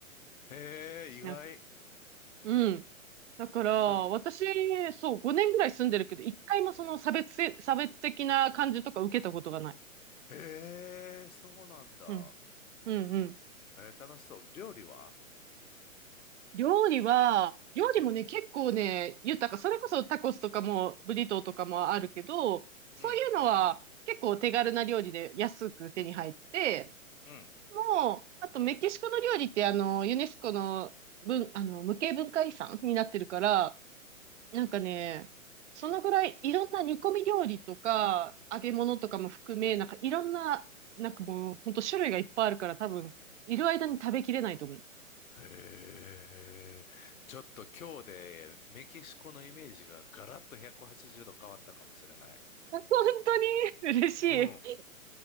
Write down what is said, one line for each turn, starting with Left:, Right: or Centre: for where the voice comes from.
Left: へえ、意外。
Right: なんか、うん。だから、
Left: それ、
Right: 私、そう、5年ぐらい住んでるけど、一回もその差別差別的な感じとか受けたことがない。
Left: へえ、そうなんだ。
Right: うん。うんうん
Left: えー楽しそう。料理は
Right: 料理は、料理もね、
Left: うん、
Right: 結構ね、豊か。それこそタコスとかも、ブリトーとかもあるけど、そういうのは結構手軽な料理で安く手に入って、
Left: うん、うん。
Right: もう、あとメキシコの料理ってあの、ユネスコの文、あの、無形文化遺産になってるから、なんかね、そのぐらいいろんな煮込み料理とか、揚げ物とかも含め、なんかいろんな、なんかもう、ほんと種類がいっぱいあるから多分、いる間に食べきれないと思う。
Left: へえ。ちょっと今日でメキシコのイメージがガラッと180度変わったかもしれない。
Right: <laughs> 本当に嬉しい。
Left: うん。